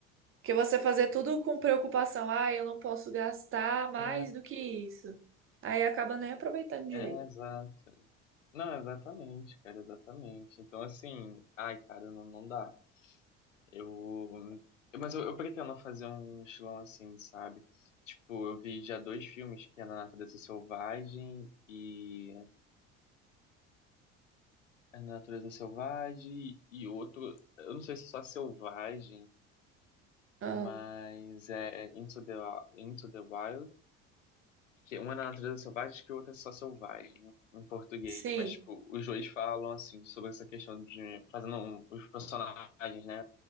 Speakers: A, on the right; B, on the left.
A: porque você fazer tudo com preocupação, ah, eu não posso gastar mais
B: é,
A: do que isso. Aí acaba nem aproveitando direito.
B: é, exato. Não, exatamente, cara, exatamente. Então, assim, ai, cara, não, não dá. Eu. Mas eu, eu pretendo fazer um estilão assim, sabe? Tipo, eu vi já dois filmes, que é Na Natureza Selvagem e. A Natureza Selvagem e outro. Eu não sei se é só Selvagem,
A: Ah,
B: mas é Into the, Into the Wild. Que uma é na natureza selvagem que o outro é só selvagem, né, em português.
A: sim.
B: Mas, tipo, os dois falam, assim, sobre essa questão de fazendo um- os personagens, né?